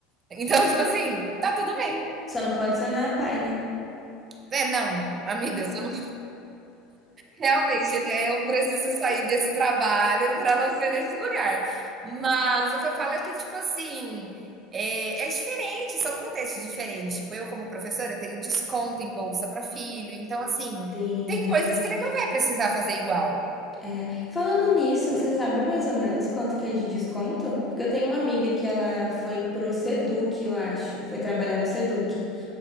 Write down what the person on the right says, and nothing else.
Então, <laughs> tipo assim, tá tudo bem.
É, não, amiga, você não realmente, né, eu preciso sair desse trabalho para não ser nesse lugar. Mas o que eu falo é que, tipo assim, é, é diferente, são contextos diferentes. Tipo, eu, como professora, tenho desconto em bolsa para filho. Então, assim,
tem
coisas que ele não vai precisar fazer igual.